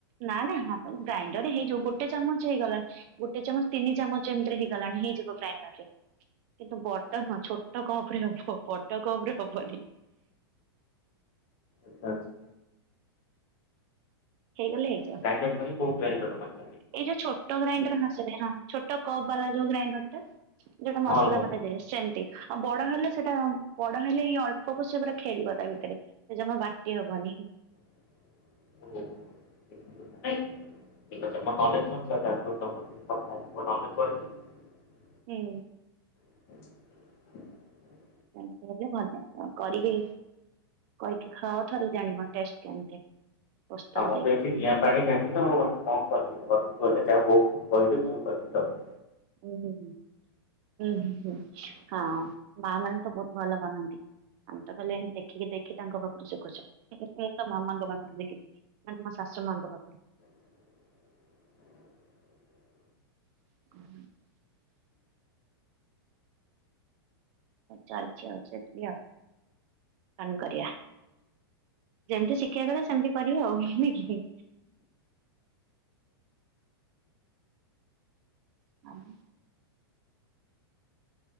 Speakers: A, on the right; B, on the left.
A: ନା ନା ଗ୍ରାଇଣ୍ଡର ହେଇଯିବ ଗୋଟେ ଚାମଚ ହେଇଗଲା ଗୋଟେ ଚାମଚ ତିନି ଚାମଚ ଏମିତିରେ ହେଇଗଲାଣି ହେଇଯିବ ଗ୍ରାଇଣ୍ଡ ରେ କିନ୍ତୁ ବଟର ନ ଛୋଟ କପରେ ହବ ବଡ଼ କପରେ ହବନି।
B: ଆଛା ଆଛା।
A: ହେଇଗଲେ ହେଇଯିବ।
B: ଗ୍ରାଇଣ୍ଡର <unintelligible>
A: ଏଇ ଯୋଉ ଛୋଟ ଗ୍ରାଇଣ୍ଡର ହାସରେ ଛୋଟ କପ୍ ବାଲା ଯୋଉ ଗ୍ରାଇଣ୍ଡର ଟା ଯୋଉଟା ମସଲା
B: ହଁ ହଁ।
A: ବଟା ଦ ଏ ସେମିତି ଆଉ ବଡ ହେଲେ ସେଟା ବଡ ହେଲେ ଇ ଅଳ୍ପ ପ ସେ ପୁରା ଖେଳିବ ତା ଭିତରେ ସେ ଜମା ବାଟି ହବନି।
B: <unintelligible> <unintelligible>
A: ହୁଁ।
B: <inaudible>
A: ସେମତି ହେଲେ ଭଲିବ କରିବି କରିବି ଖାଅ ଥରେ ଜଣିବ ଟେଷ୍ଟ୍ କେମିତି। ପୁସ୍ତକ
B: ଆମର
A: ଦେଇକି
B: ତ ଏଠି ନିଆଁ ପାଣି ଟେପେଚ କଣ କରିବି ଘରୁକୁ ଗଲେ ଯାହା ବୋଉ କହିଦେ ବୋଉ କରିବି ଦବ।
A: ଉଁ ହୁଁ। ହୁଁ ହୁଁ ହଁ ମା ମାନେ ତ ବହୁତ ଭଲ ବନାନ୍ତି। ଆମେ ତ କହିଲେ ଏମ ଦେଖିକି ଦେଖି ତାଙ୍କ ପାଖରୁ ଶିଖୁଛୁ ତ ମାମାଙ୍କ ପାଖରୁ ଶଖିଛିି ମାନେ ଶା ମାଙ୍କ ପାଖରୁ।
B: <inaudible>
A: <unintelligible> ଚାଲିଛି ଆ ସେଠି ଅନ୍ କରିବା। ଯେମିତି ଶିକ୍ଷା କଥା ସେମିତି କରିବ ଆଉ ନୁହଁକି। <unintelligible>